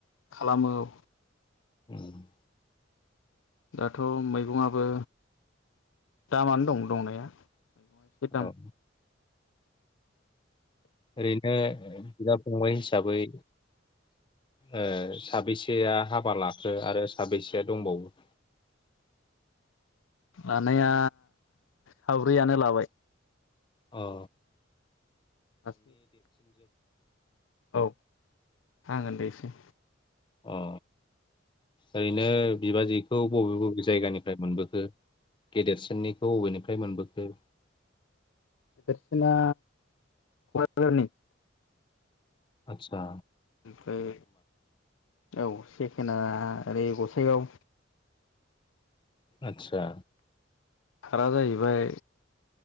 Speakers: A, on the left (about 75°); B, on the left (about 25°).
A: खालामो औ
B: ओम
A: दाथ मैगंआबो दामानो दं दंनाया मैगंआ एसे दाम
B: औ ओरैनो बिदा फंबाय हिसाबै ओ साबेसेया हाबा लाखो आरो साबेसेया दंबावो?
A: लानाया साब्रैयानो लाबाय
B: औ
A: औ आं ओनदैसिन
B: अ ओरैनो बिबाजैखौ बबे बबे जायगानिफ्राय मोनबोखो गेदेरसिननिखौ बबेनिफ्राय मोनबोखो
A: बेेरसिना कक्राझारनि
B: आतसा
A: ओमफ्राय औ सेकेणडआ ओरै <unintelligible>
B: आतसा
A: रा जाहैबाय